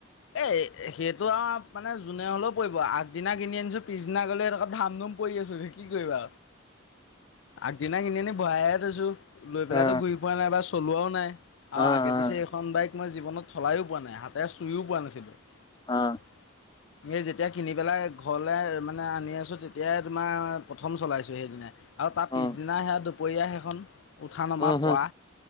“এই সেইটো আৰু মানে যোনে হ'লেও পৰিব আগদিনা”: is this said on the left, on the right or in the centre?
Left